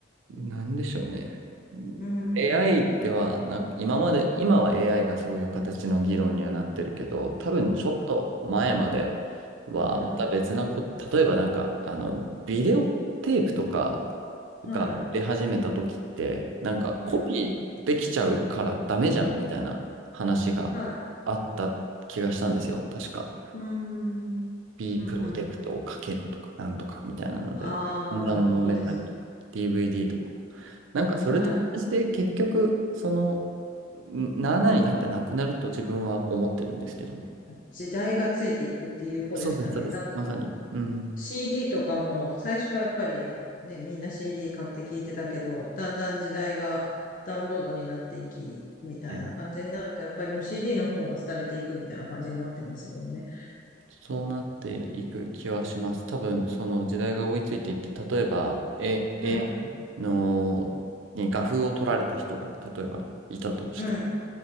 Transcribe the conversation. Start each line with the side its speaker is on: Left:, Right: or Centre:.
Right: なんでしょうね。
Left: うん、
Right: AI
Left: うん、
Right: ではな今まで、今は AI がそういう形の議論にはなってるけど、多分ちょっと前まではまた別なこ、
Left: うん、
Right: 例えばなんか、あの、ビデオテープとか
Left: はい、
Right: が出始めた時って、なんかコピーできちゃうからダメじゃんみたいな話があった気がしたんですよ。
Left: うん、はい、
Right: 確か。
Left: うん、うん、
Right: B
Left: うん、
Right: プロテクトをかけるとか、
Left: うん。
Right: なんとかみたいなので、
Left: ああ、
Right: だんだん揉めたりとか、
Left: そうですね。
Right: DVD とか。なんかそれと同じで結局その
Left: うん、はい。
Right: んなあなあになってなくなると自分は思ってるんですけどね。
Left: 時代がついていくっていう方ですかね。
Right: そうです、そうです。
Left: なんか、
Right: まさに。うん。
Left: CD とかも最初はやっぱりね、みんな CD 買って聞いてたけど、だんだん時代がダウンロードになっていき、みたいな感じになると、
Right: はい。
Left: やっぱりもう CD の方が廃れていくみたいな感じになってますもんね。
Right: そうなっていく気はします。多分その時代が追いついていって、例えば、え、
Left: うん、
Right: AI のに画風を取られた人が例えばいたとした。
Left: うん、